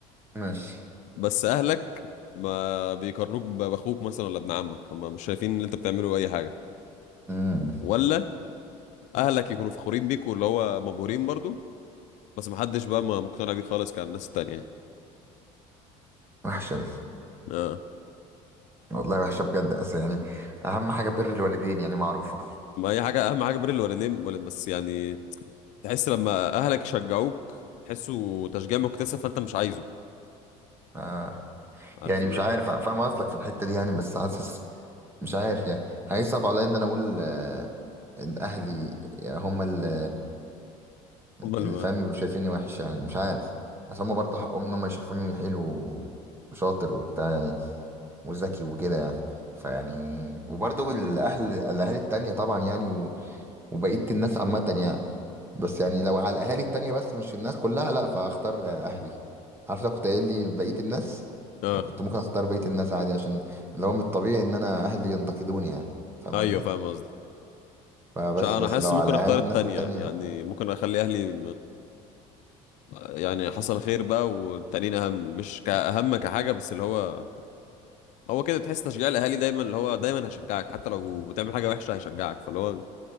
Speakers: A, on the right (about 15°); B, on the left (about 60°).
A: ماشي
B: بس اهلك ما بيقارنوك ب- باخوك مثلا ولا ابن عمك هم مش شايفين ان انت بتعمله اي حاجه
A: امم
B: ولا اهلك يكونوا فخورين بيك واللي هو مبهورين برضو بس محدش بقى ما مقتنع بيه خالص كان الناس التانية يعني.
A: وحشه دي.
B: اه
A: والله وحشة بجد أصل يعني أهم حاجة بر الوالدين يعني معروفة
B: ما هي حاجه اهم حاجه بر الوالدين ولا- بس يعني تحس لما اهلك يشجعوك تحسه تشجيع مكتسب فانت مش عايزه
A: آه
B: عارف
A: يعني
B: اللي
A: مش
B: هو
A: عارف أنا فاهم قصدك في الحتة دي يعني بس حاسس مش عارف يعني هيصعب عليا إن أنا أقول آه إن أهلي هم اللي
B: هم الم...
A: اللي فاهم يبقوا شايفيني وحش يعني مش عارف عشان هما برضه حقهم إن هما يشوفوني حلو و- وشاطر وبتاع يعني وذكي وكده يعني فيعني وبرضه الأهل الأهالي التانية طبعا يعني و- وبقية الناس عامة يعني بس يعني لو على الاهالي التانية بس مش الناس كلها لا فاختار اهلي عارف لو كنت قايل لي بقية الناس
B: اه
A: يعني كنت ممكن اختار بقية الناس عادي عشان اللي هو من الطبيعي ان انا اهلي ينتقدوني يعني فاهم
B: ايوه
A: قصدي
B: فاهم قصدك
A: فبس
B: مش ع- انا
A: بس
B: حاسس
A: لو
B: ممكن
A: على اهالي
B: اختار
A: الناس
B: التانية
A: التانية
B: يعني
A: لا
B: ممكن اخلي اهلي يعني حصل خير بقى والتانيين اهم مش كأهم كحاجه بس اللي هو هو كده تحس تشجيع الاهالي دايما اللي هو دايما هيشجعك حتى لو بتعمل حاجه وحشه هيشجعك فاللي هو